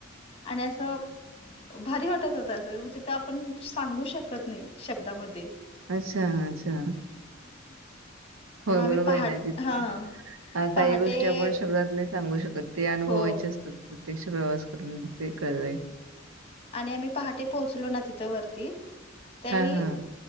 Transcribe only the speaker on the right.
अच्छा, अच्छा
होय बरोबराय
ना जी
अ
काही गोष्टी आपण शब्दात नाय सांगू शकत ते अनुभवायचे
असतात प्रत्यक्ष प्रवास करून ते कळलंय
हां, हां.